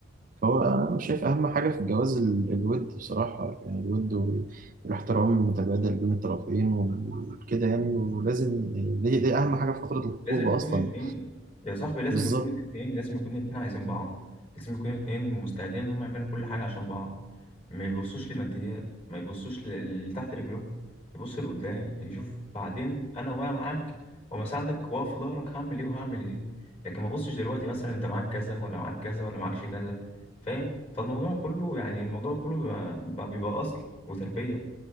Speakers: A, on the right; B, on the left.
A: هو أنا شايف أهم حاجة في الجواز ال- الود بصراحة يعني الود وال- والاحترام المتبادل بين الطرفين وكده يعني ولازم يعني دي, دي أهم حاجة في فترة الخطوبة
B: لازم يكون
A: أصلا
B: الاثنين يا صاحبي لازم
A: بالظبط
B: يكون الاثنين لازم يكون الاثنين عايزين بعض لازم يكون الاثنين مستعدين ان هم يعملوا كل حاجة عشان بعض ما يبصوش لماديات ما يبصوش ل- لتحت رجلهم يبص لقدام يشوف بعدين انا وانا معاك وما ساعدك واقف في ظهرك هعمل ايه وهعمل ايه لكن ما بصش دلوقتي مثلا انت معاك كذا ولا معاك كذا ولا معكش كذا فاهم فالموضوع كله يعني الموضوع كله بيبقى, بيبقى اصل وتربية